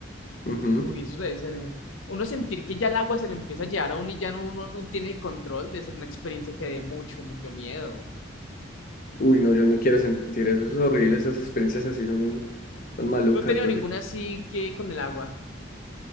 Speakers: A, on the left; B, on the left.
A: Ujú.
B: Uy, eso debe ser. eh. Uno sentir que ya el agua se le empieza a llevar a uno y ya no, uno no tiene el control de ser una experiencia que dé mucho, mucho miedo.
A: Uy, no, yo no quiero sentir eso. Eso es horrible. Esas experiencias así son, son malucas.
B: No he tenido
A: porque-
B: ninguna así que con el agua.